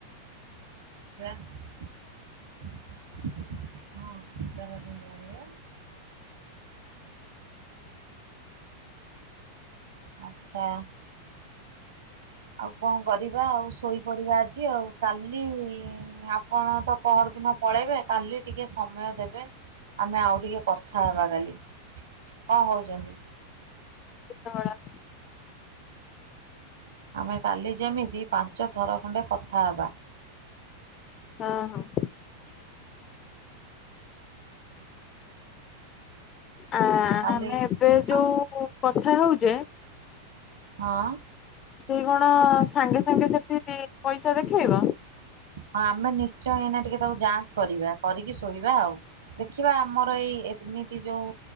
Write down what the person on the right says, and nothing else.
ରା ହଁ ଏଗାରଟା ହେଲାଣି ପା। ଆଚ୍ଛା। ଆଉ କଣ କରିବା ଆଉ ଶୋଇପଡିବା ଆଜି ଆଉ କାଲି ଆପଣ ତ ପହରଦିନ ପଳେଇବେ କାଲି ଟିକେ ସମୟ ଦେବେ ଆମେ ଆଉ ଟିକେ କଥାହବା କାଲି। କଁ ହୋଉଚନ୍ତି?
ଆମେ କାଲି ଯେମିତି ପାଞ୍ଚ ଥର ଖଣ୍ଡେ କଥା ହବା।
କାଲି
ହଁ
ହଁ।
ହଁ ଆମେ ନିଶ୍ଚୟ ଏଇନା ଟିକେ ତାକୁ ଯାଞ୍ଚ କରିବା କରିକି ଶୋଇବା ଆଉ। ଦେଖିବା ଆମର ଏଇ ଏତି ଏମିତି ଯୋଉ